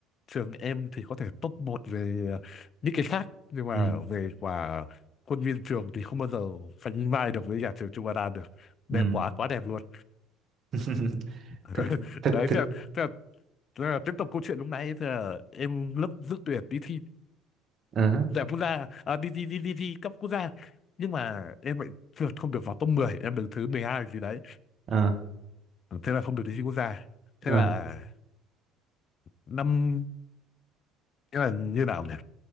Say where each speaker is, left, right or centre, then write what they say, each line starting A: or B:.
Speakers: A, on the left; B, on the right.
A: trường em thì có thể top một về ờ, những cái khác nhưng mà
B: ừ.
A: về quả khuôn viên trường thì không bao giờ sánh vai được với nhà trường Trung Hoa Đan được đẹp
B: Ừ.
A: quá quá đẹp luôn
B: <laughs>
A: <laughs>
B: thực thực
A: đấy
B: thực
A: thế là, thế là, thế là tiếp tục câu chuyện lúc nãy thế là em lớp dự tuyển đi thi
B: ờ hả,
A: giải quốc gia à, đi đi đi đi thi cấp quốc gia nhưng mà em lại trượt không được vào top mười em đứng thứ 12 gì đấy
B: ờ
A: thế là không được đi thi quốc gia thế
B: ờ
A: là năm thế là như nào nhỉ